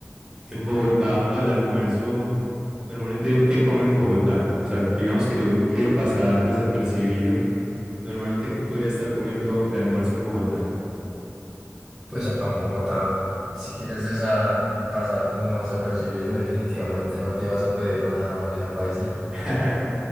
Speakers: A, on the right (about 15°); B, in the centre.
A: en Bogotá al almuerzo, normalmente, ¿qué come un bogotano? O sea, digamos que yo no quiero pasar desapercibido. Normalmente, ¿qué podría estar comiendo de almuerzo un bogotano?
B: Pues acá en Bogotá, si quieres desa- pasar como desapercibido, definitivamente no te vas a pedir una bandeja paisa.
A: <laughs>